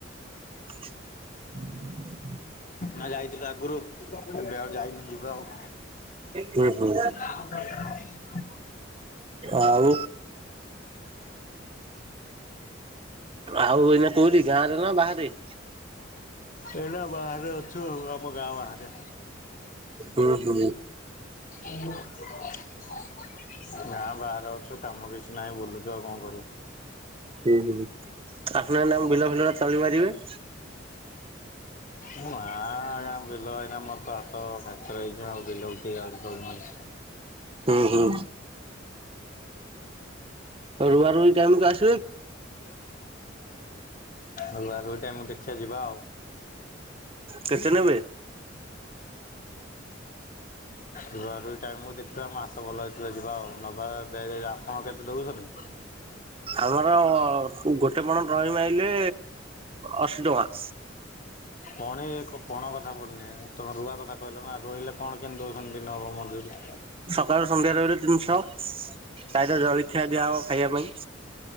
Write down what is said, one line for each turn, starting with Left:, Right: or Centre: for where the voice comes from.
Right: <inaudible>
Left: ନା ଯାଇଥିଲୁ ଆଗୁରୁ, ଏବେ ଆଉ ଯାଇନୁ ଯିବା ଆଉ।
Right: ହୁଁ ହୁଁ
Left: ହ <unintelligible>
Right: ଆଉ। ଆଉ ଏଇନା କଉଠି ଗାଁ ରେ ନା ବାହାରେ?
Left: ଏଇନା ବାହାରେ ଅଛୁ ଆମ ଗାଁ ବାହାରେ।
Right: ହୁଁ ହୁଁ
Left: <inaudible> ଗାଁ ବାହାରେ ଅଛୁ କାମ କିଛି ନାହିଁ ବୁଲୁଚୁ ଆଉ କଣ କରିବୁ।
Right: ହୁଁ ହୁଁ ଆସୁନାହାନ୍ତି ଆମ ବିଲ ଫିଲ ରା ତଳି ମାରିବେ?
Left: ନାଆ ଆଜ୍ଞା ବିଲ ଏଇନା ମୋର ତ ହାତ ଫ୍ରାକ୍ଚର ହେଇଛି ଆଉ ବିଲ କିଏ ଯାଉଛି ତଳି ମାରି।
Right: ହୁଁ ହୁଁ ରୁଆ ରୁଇ ଟାଇମ୍ କୁ ଆସ
Left: ରୁଆ ରୁଇ ଟାଇମ୍ କୁ ଦେଖିବା ଯିବା ଆଉ।
Right: କେତେ ନେବେ?
Left: ରୁଆ ରୁଇ ଟାଇମ୍ କୁ ଦେଖିବା ମୋ ହାତ ଭଲ ହେ ଯିବା ଆଉ ନବା ଦେ ଆପଣ କେତେ ଦଉଛନ୍ତି?
Right: ଆମର ଗୋଟେ ପଣ ତଳି ମାଇଲେ ଅଶୀ ଟଙ୍କା।
Left: ପଣି ପଣ କଥା ପଡିନି ତମ ରୁଆ କଥା କହିଲ ନା ରୁଇଲେ କଣ କେମତି ଦଉଛନ୍ତି ନବ ମଜୁରୀ।
Right: ସଖାଳୁ ସନ୍ଧ୍ୟା ରହିଲେ ତିନିଶହ। ତା ସହ ଜଳଖିଆ ଦିଆହବ ଖାଇବା ପାଇଁ।